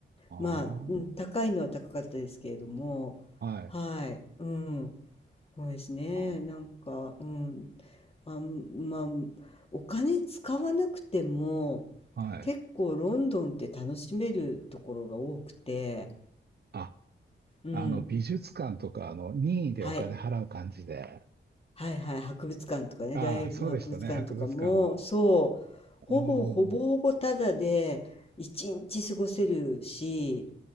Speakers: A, on the right (about 55°); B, on the left (about 30°).
A: ああ、
B: まあ、うん、高いのは高かったですけれども、
A: はい。
B: はい。うん。そうですね。
A: あ
B: なんか、うん、あん、まあ、お金使わなくても、
A: あ、はい。
B: 結構ロンドンって楽しめるところが多くて、
A: あ、
B: うん。
A: あの、美術館とか、あの、任意でお金払う感じで。
B: はい。はいはい。博物館とかね、
A: ああ、
B: 大英博物館とかも、
A: そうでしたね、博物館も。
B: そう、ほぼほぼほぼタダで一日過ごせるし、
A: うん。